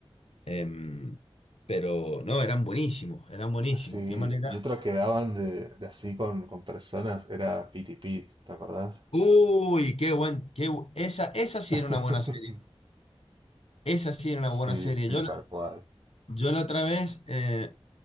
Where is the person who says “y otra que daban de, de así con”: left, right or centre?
Right